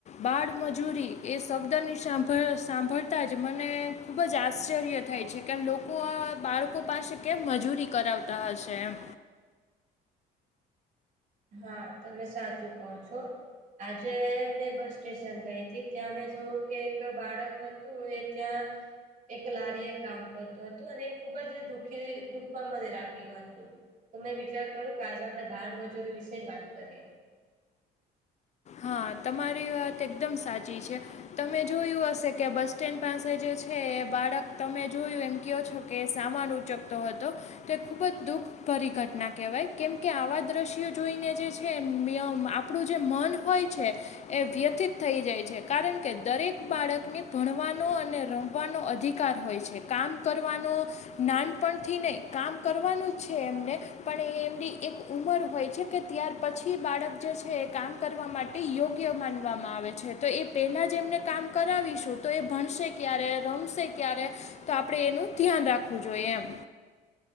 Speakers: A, on the left; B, on the right.
A: બાળમજૂરી એ શબ્દની સાંભળ સાંભળતા જ મને ખૂબ જ આશ્ચર્ય થાય છે કેમ લોકો આ બાળકો પાસે કેમ મજૂરી કરાવતા હશે એમ.
B: હા તમે સાચું કહો છો. આજે મેં બસ સ્ટેશન ગઈ હતી ત્યાં મેં જોયું કે એક બાળક હતું એ ત્યાં એક લારી એ કામ કરતું હતું અને ખુબ જ દુખી દુખમાં મને લાગ્યું હતું. તો મેં વિચાર કર્યો કે આજે આપડે બાર મજૂરી વિશે જ વાત કરીએ.
A: હા તમારી વાત એકદમ સાચી છે. તમે જોયું હશે કે બસ સ્ટેન્ડ પાસે જે છે એ બાળક તમે જોયું એમ કયો છો કે સામાન ઉચકતો હતો તો એ ખૂબ જ દુઃખ દુઃખ ભરી ઘટના કહેવાય કેમ કે આવા દ્રશ્યો જોઈને જે છે આપણું જે મન હોય છે. એ વ્યથિત થઈ જાય છે કારણ કે દરેક બાળકને ભણવાનો અને રમ આપવાનો અધિકાર હોય છે કામ કરવાનો નાનપણથી નહી કામ કરવાનું છે એમને પણ એ એમની એક ઉમર હોય છે કે ત્યાર પછી બાળક જે છે એ કામ કરવા માટે યોગ્ય માનવામાં આવે છે તો એ પહેલા જેમને કામ કરાવીશું તો એ ભણશે ક્યારે રમશે ક્યારે તો આપડે એનું ધ્યાન રાખવું જોઈએ એમ.